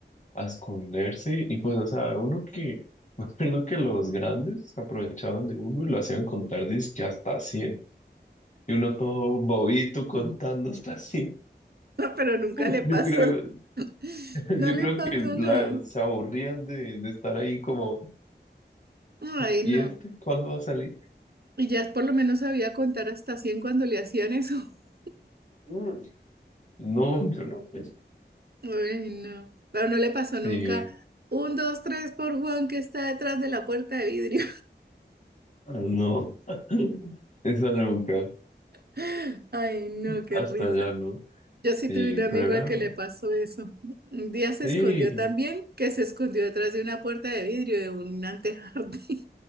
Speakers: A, on the left (about 40°); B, on the right (about 60°).
A: a esconderse y pues, o sea, uno que, <laughs> me acuerdo que los grandes aprovechaban de uno y lo hacían contar que hasta cien Y uno todo bobito contando hasta cien
B: Pero nunca le
A: Yo
B: pasó,
A: creo,
B: <laughs>
A: <laughs>
B: no
A: yo
B: le
A: creo
B: pasó
A: que la-
B: nada.
A: se aburrían de, de estar ahí como
B: Ay,
A: ¿Y
B: no.
A: este cuándo va a salir?
B: Y ya por lo menos sabía contar hasta 100 cuando le hacían eso. <laughs>
A: Mm. No, yo no. pues,
B: Ay, no. Pero no le pasó nunca.
A: Sí,
B: Un, dos, tres por Juan que está detrás de la puerta de vidrio.
A: Ah, no, <laughs> esa nunca.
B: <laughs> Ay, no, qué
A: Hasta
B: risa.
A: allá no.
B: Yo sí
A: Sí,
B: tuve un amigo
A: pero era.
B: al que le pasó eso. Un día se
A: Sí,
B: escondió también, que se escondió detrás de una puerta de vidrio de un antejardín.